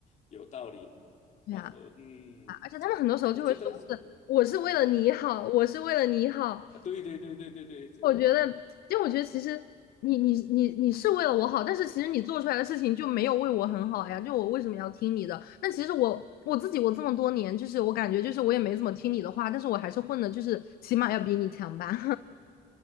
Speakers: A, on the left (about 45°); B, on the left (about 65°).
A: 有道理。
B: 对啊。
A: 然后嗯，
B: 啊，而且他们很多时候就会说是我是为了你好，
A: 我觉得是
B: 我是为了你好。
A: 啊，对对对对对对，
B: 我觉得，因为我觉得其实你你你你是为了我好，但是其实你做出来的事情就没有为我很好呀。就我为什么要听你的？但其实我我自己我这么多年，就是我感觉就是我也没怎么听你的话，但是我还是混的，就是起码要比你强吧。